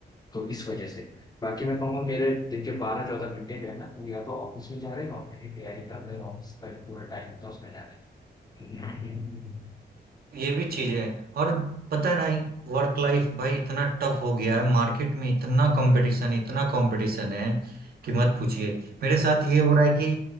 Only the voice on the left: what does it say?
तो इस वजह से बाकी मैं कहूँगा मेरे दिन के बारह चौदह घंटे जो है ना वो या तो ऑफिस में जा रहे हैं और मेरी तैयारी कर रहे हैं ऑफिस का जो पूरा टाइम होता है उसमें जा रहे हैं